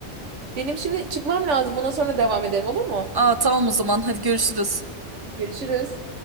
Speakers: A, on the right; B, on the right.
A: Benim şimdi çıkmam lazım. Buna sonra devam edelim olur mu?
B: Aa tamam o zaman hadi görüşürüz.
A: Görüşürüz.